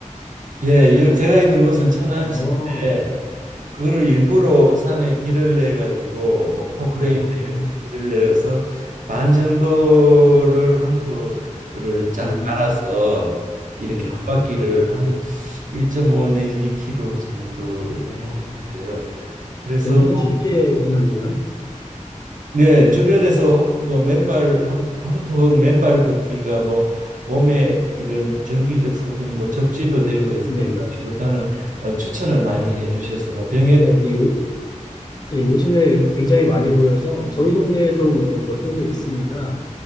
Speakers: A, on the right; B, on the left.
A: 예, 여- 제가 있는 곳은 천안시인데
B: 어,
A: 그거를 일부러 산에 길을 내 가지고 뭐 포크레인이나
B: 어,
A: 이런 곳에 길을 내어서 반 정도를 황토를 쫙
B: 음,
A: 깔아서 이렇게
B: 어,
A: 한 바퀴를 한 1.5 내지 2km 정도
B: 어.
A: 같아요. 그래서
B: 굉장히 길게 해놨네요.
A: 네 주변에서 뭐 맨발 황, 황토흙 맨발 걷기가 뭐 몸에 이런 전기적 성분이 뭐 접지도 되고 해서
B: 네네.
A: 건강에 좋다는 어, 추천을 많이 해주셔서 뭐 병에
B: 어, 예, 예, 요즘에 굉장히 많이 보여서 저희 동네에도 뭐 몇 군데 있습니다.